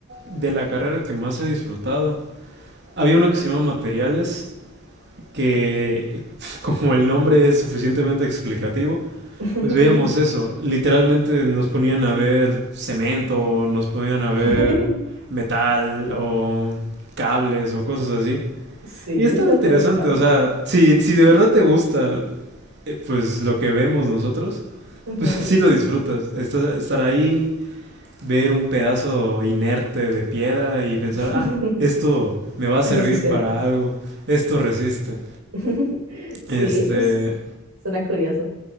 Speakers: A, on the right; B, on the right.
A: De la carrera que más he disfrutado, había uno que se llama materiales, que <laughs> como el nombre es suficientemente explicativo,
B: <laughs>
A: Pues veíamos eso. Literalmente nos ponían a ver cemento, nos ponían a ver
B: <laughs>
A: metal o cables o cosas así.
B: Sí,
A: Y estaba
B: un poco
A: interesante,
B: raro.
A: o sea, si, si de verdad te gusta, eh, pues lo que vemos nosotros, <laughs>
B: Ujú.
A: pues sí lo disfrutas. Estás- estar ahí, ver un pedazo inerte de piedra y pensar,
B: <laughs>
A: ah, esto me va a servir
B: Es resistente.
A: para algo, esto resiste.
B: <laughs> Sí,
A: Este,
B: pues suena curioso.